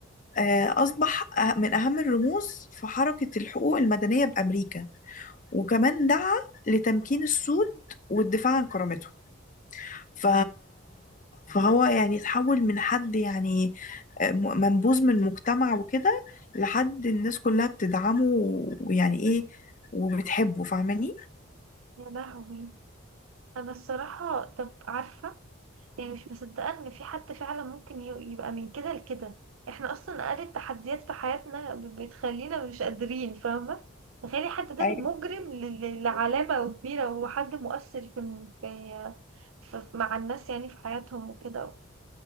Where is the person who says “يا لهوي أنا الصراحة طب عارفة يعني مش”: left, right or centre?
Right